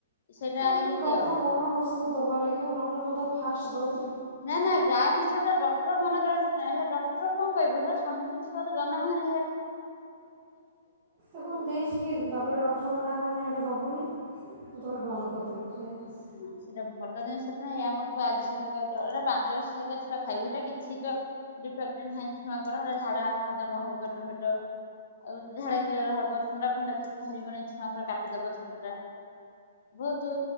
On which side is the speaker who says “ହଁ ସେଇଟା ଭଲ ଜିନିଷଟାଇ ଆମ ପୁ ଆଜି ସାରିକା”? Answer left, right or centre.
Left